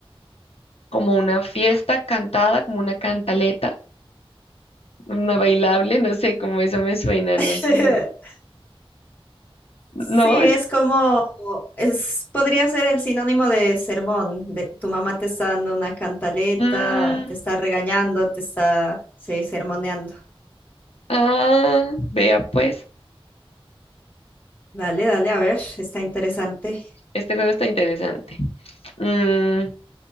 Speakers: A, on the left (about 80°); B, on the left (about 15°).
A: como una fiesta cantada, como una cantaleta, una bailable, no sé cómo eso me suena,
B: <laughs>
A: no sé. No,
B: Sí,
A: es-
B: es como, es, podría ser el sinónimo de sermón, de tu mamá te está dando una cantaleta,
A: mm,
B: te está regañando, te está, sí, sermoneando.
A: ah, vea pues,
B: Dale, dale, a ver, está interesante.
A: este juego está interesante. Mm,